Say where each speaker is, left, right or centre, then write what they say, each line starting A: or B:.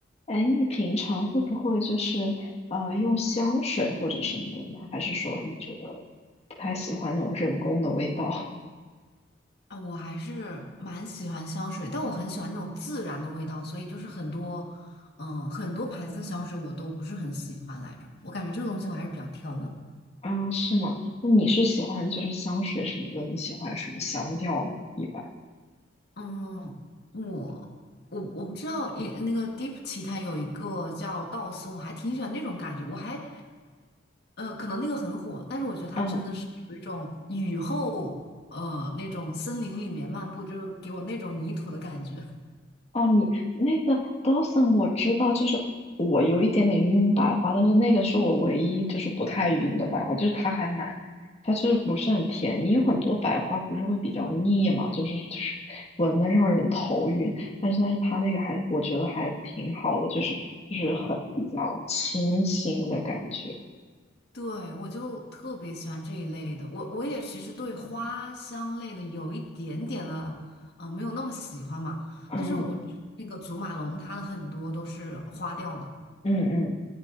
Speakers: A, on the left; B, on the left.
A: 哎，你平常会不会就是呃用香水或者什么的呢？还是说你觉得不太喜欢那种人工的味道？
B: 啊，我还是蛮喜欢香水，但我很喜欢那种自然的味道，所以就是很多，嗯，很多牌子的香水我都不是很喜欢来着。我感觉这个东西我还是比较挑的。
A: <laughs> 啊，是吗？那你是喜欢就是香水什么的？你喜欢什么香调呢？一般，
B: 嗯，我我我不知道，也那个 d e e p 奇它有一个叫道森，我还挺喜欢那种感觉。我还呃，可能那个很火，但是我觉得它真的是有一种雨后呃那种森林里面漫步，
A: 嗯
B: 就是给我那种泥土的感觉。
A: 哦，你那个 Dawson 我知道，就是我有一点点晕白花，但是那个是我唯一就是不太晕的白花，就是它还蛮，它就是不是很甜。你有很多白花不是会比较腻嘛，就是就是闻了让人头晕，但是但是它那个还我觉得还挺好的，就是就是很比较清新的感觉。
B: 对，我就特别喜欢这一类的。我我也其实对花香类的有一点点的，呃，没有那么喜欢嘛。
A: 嗯
B: 但是我那个祖马龙，它的很多都是花调的。
A: 嗯嗯。